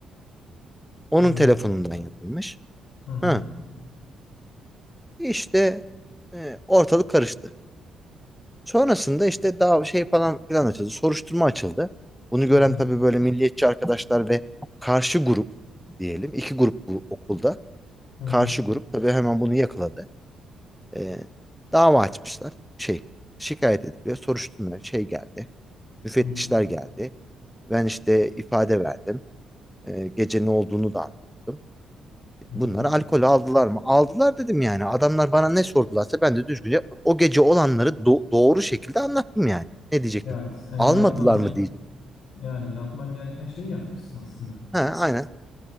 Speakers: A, in the centre; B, on the left.
A: Onun
B: Hayır.
A: telefonundan yapılmış.
B: Hı hı.
A: Ha. İşte e, ortalık karıştı. Sonrasında işte daha şey falan filan açıldı. Soruşturma açıldı. Bunu
B: Hı
A: gören
B: hı.
A: tabii böyle milliyetçi arkadaşlar ve karşı grup diyelim. iki grup bu okulda.
B: Hı hı.
A: Karşı grup tabii hemen bunu yakaladı. Ee, dava açmışlar. Şey şikayet ediliyor. Soruşturma şey geldi. Müfettişler
B: Hı hı.
A: geldi. Ben işte ifade verdim. Ee, gece ne olduğunu da anlattım.
B: Hı hı.
A: Bunlar alkol aldılar mı? Aldılar dedim yani. Adamlar bana ne sordularsa ben de düzgünce o gece olanları do- doğru şekilde anlattım yani. Ne diyecektim?
B: Yani sen yapman
A: Almadılar mı diyecektim.
B: yani yapman gereken şeyi yapmışsın aslında.
A: Ha, aynen.